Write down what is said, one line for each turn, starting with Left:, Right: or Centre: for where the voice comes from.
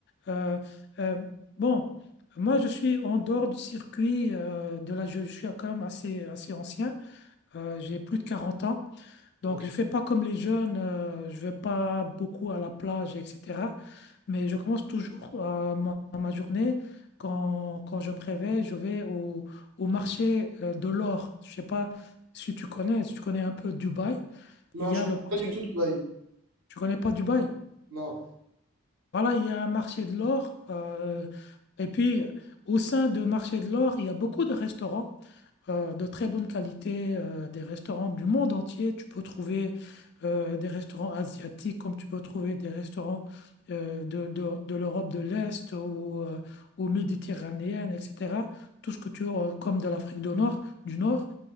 Left: euh, euh, bon, moi, je suis en dehors du circuit euh, de la... Je, suis quand même assez, assez ancien. Euh, j'ai plus de 40 ans. Donc,
Right: Ok.
Left: je ne fais pas comme les jeunes, euh, je ne vais pas beaucoup à la plage, etc. Mais je commence toujours euh, ma, ma journée. Quand, quand je me réveille, je vais au, au marché euh, de l'or. Je ne sais pas si tu connais, si tu connais un peu Dubaï.
Right: Non,
Left: Il y
Right: je
Left: a
Right: connais
Left: le marché.
Right: pas du tout Dubaï.
Left: Tu connais pas Dubaï?
Right: Non.
Left: Voilà, il y a un marché de l'or. euh, et puis, au sein de marché de l'or, il y a beaucoup de restaurants euh, de très bonne qualité, euh, des restaurants du monde entier. Tu peux trouver euh, des restaurants asiatiques comme tu peux trouver des restaurants euh, de, de- de l'Europe de l'Est ou, euh, ou méditerranéenne, etc. Tout ce que tu as, euh, comme de l'Afrique du Nord, du Nord,